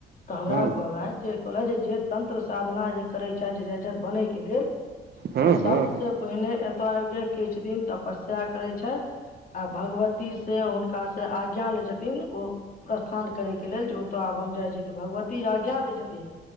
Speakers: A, on the left; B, on the right.
A: तऽ हमरा
B: ह
A: कहलय जे कहलथि जे जे तंत्र साधना जे करै छथि जे जाइ छय बनय के लेल ओ
B: ह
A: सभसेँ
B: ह
A: पहिले एतय आबकेँ किछु दिन तपस्या करै छय आ भगवती से हुनका से आज्ञा लै छथिन ओ प्रस्थान करै के लेल जे ओतय आब हम जाइ छियै तऽ भगवती आज्ञा दै छथिन